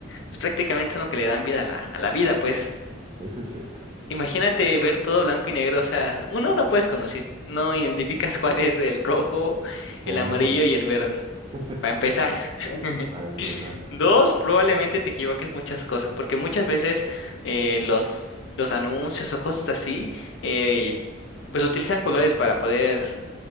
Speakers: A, on the left; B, on the right.
A: pues prácticamente son lo que le dan vida a la, a la vida, pues.
B: Eso es cierto.
A: Imagínate ver todo blanco y negro, o sea, uno no puedes conducir, no identificas <laughs> cuál es el rojo,
B: Bueno,
A: el amarillo
B: eso sí,
A: y el verde,
B: <laughs>
A: para empezar. <laughs>
B: para empezar.
A: Dos, probablemente te equivoques muchas cosas, porque muchas veces eh, los, los anuncios o cosas así, eh, pues utilizan colores para poder